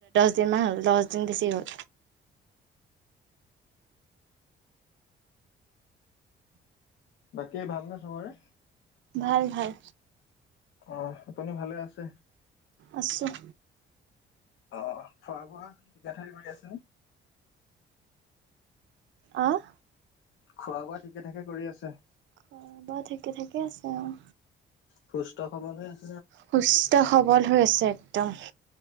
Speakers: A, on the right; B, on the left.
A: দিনমান হ'ল, দহ দিন বেছি হ'ল।
B: বাকী ভাল নে চবৰে?
A: ভাল ভাল
B: অ', আপুনি ভালে আছে?
A: আছোঁ।
B: অ', খোৱা বোৱা ঠিকে থাকে কৰি আছে?
A: অ',
B: খোৱা বোৱা ঠিকে ঠাকে কৰি আছে?
A: অ', খোৱা বোৱা ঠিকে ঠাকে আছে অ'।
B: সুস্থ সবল হৈ আছে?
A: সুস্থ সবল হৈ আছে একদম।